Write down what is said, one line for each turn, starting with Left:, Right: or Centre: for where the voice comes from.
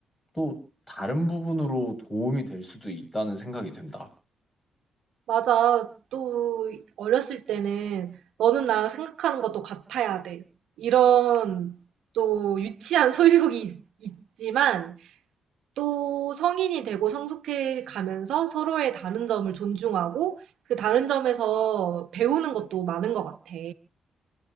Left: 또 다른 부분으로 도움이 될 수도 있다는 생각이 든다.
Right: 맞아. 또 어렸을 때는 너는 나랑 생각하는 것도 같아야 돼. 이런 또 유치한 <laughs> 소유욕이 있, 있지만 또 성인이 되고 성숙해 가면서 서로의 다른 점을 존중하고 그 다른 점에서 배우는 것도 많은 것 같아.